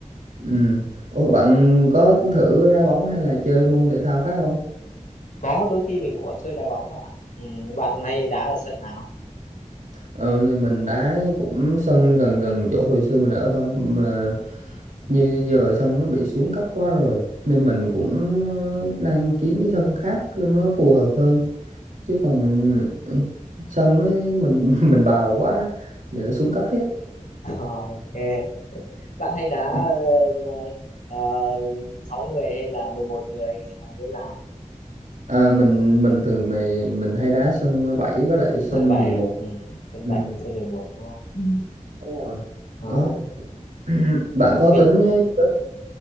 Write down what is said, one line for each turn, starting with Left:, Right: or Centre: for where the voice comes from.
Right: ừm, ủa bạn có thử đá bóng hay là chơi môn thể thao khác không
Left: có đôi khi mình cũng có chơi đá bóng bạn ạ ừ, bạn hay đá ở sân nào
Right: Ờ, thì mình đá cũng sân gần gần chỗ hồi xưa mình ở thôi mà
Left: <laughs>
Right: như giờ sân nó bị xuống cấp quá rồi nên mình cũng ờ, đang kiếm cái sân khác cho nó phù hợp hơn chứ còn ừ, sân nó mình <laughs> mình bào quá giờ nó xuống cấp hết
Left: Ờ, ok bạn hay đá
Right: <clears throat>
Left: ờ, ờ, ờ, sáu người hay là 11 người hay là như thế nào
Right: à, mình mình thường mình mình hay đá sân 7 với lại sân
Left: sân bảy
Right: 11
Left: à ừ, sân
Right: ừ.
Left: bảy hay sân 11, đúng không ừ.
Right: Đúng rồi.
Left: Đó.
Right: Ờ, <clears throat> bạn có
Left: mình
Right: tính chưa?